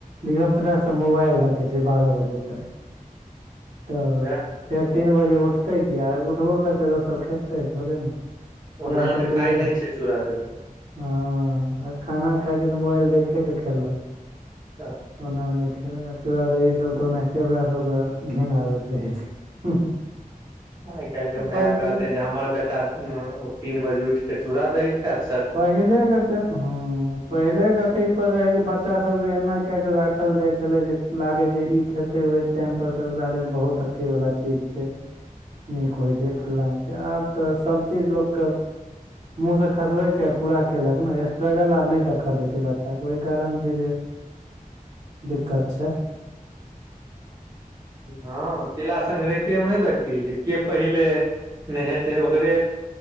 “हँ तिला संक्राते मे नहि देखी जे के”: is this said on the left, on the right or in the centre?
Right